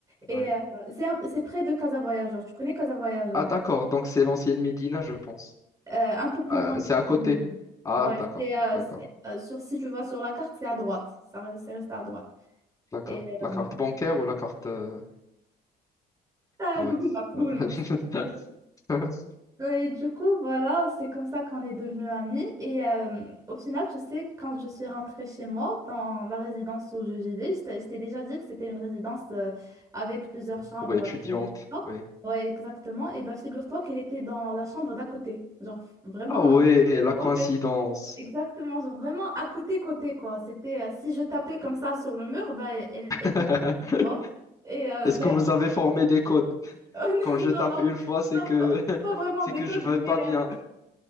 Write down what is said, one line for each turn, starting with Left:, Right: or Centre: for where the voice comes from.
Right: Et
Left: Ouais.
Right: euh, c'est à- c'est près de Casa Voyageur. Tu connais Casa Voyageur?
Left: Ah d'accord. Donc c'est l'ancienne Médina, je pense.
Right: Euh, un peu plus
Left: Ah,
Right: loin que
Left: c'est à côté.
Right: Casablanca.
Left: Ah
Right: Ouais,
Left: d'accord.
Right: c'est euh,
Left: D'accord.
Right: c'est, euh, sur, si tu vas sur la carte, c'est à droite. Ça, reste- c'est resté à droite.
Left: D'accord.
Right: Et
Left: La carte
Right: euh,
Left: bancaire ou la carte... euh,
Right: ah,
Left: Ah
Right: Google
Left: oui.
Right: Maps, Google
Left: <laughs>
Right: Maps. Ouais, Et du coup, voilà, c'est comme ça qu'on est devenus amis. Et euh, au final, tu sais, quand je suis rentrée chez moi, dans la résidence où je vivais, je t'ai je t'ai déjà dit que c'était une résidence euh, avec plusieurs chambres.
Left: Pour étudiante.
Right: euh, et tout ça.
Left: Oui.
Right: ouais, exactement. Et bah, figure-toi qu'elle était dans la chambre d'à côté. Genre, vraiment.
Left: Ah ouais,
Right: euh,
Left: la
Right: Ouais,
Left: coïncidence.
Right: ouais, exactement, genre vraiment à côté côté quoi. C'était euh, si je tapais comme ça sur le mur, bah elle
Left: <laughs>
Right: elle tu vois. Et euh,
Left: Est-ce
Right: d'ailleurs
Left: que vous avez
Right: je...
Left: formé des codes?
Right: <laughs> Oh, non
Left: Quand je
Right: non
Left: tape
Right: non,
Left: une fois, c'est
Right: non,
Left: que
Right: pas,
Left: <laughs>
Right: pas vraiment
Left: c'est
Right: des
Left: que
Right: codes
Left: je vais
Right: mais
Left: pas bien.
Right: euh,